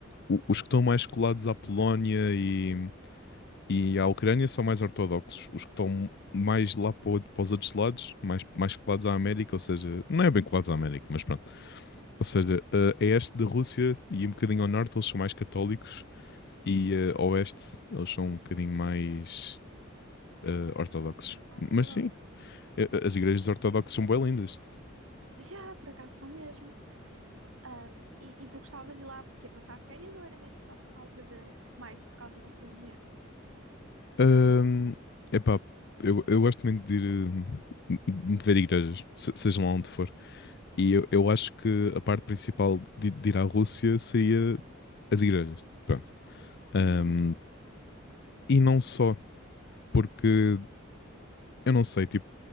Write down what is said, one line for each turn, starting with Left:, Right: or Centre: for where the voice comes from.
Left: o- os que estão mais colados à Polónia e, E a Ucrânia são mais ortodoxos. Os que estão mais lá para, o- para os outros lados, mais, mais colados à América, ou seja, não é bem colados à América, mas pronto. Ou seja, eh, a este da Rússia e um bocadinho ao norte, eles são mais católicos e eh, a oeste, eles são um bocadinho mais eh, ortodoxos.
Right: Ortodoxos.
Left: Mas sim,
Right: <laughs>
Left: eh, eh, as igrejas ortodoxas são bem lindas.
Right: Yeah, por acaso são mesmo. Ahm, e, e tu gostavas de ir lá porque ia passar férias ou era mesmo só por causa da. mais por causa da religião?
Left: Ahm, epá, eu, eu gosto muito de ir, eh, de ver igrejas, se- seja lá onde for. E eu, eu acho que a parte principal de, de ir à Rússia seria as igrejas. Pronto. Um,
Right: Uhum.
Left: e não só, porque eu não sei, tipo,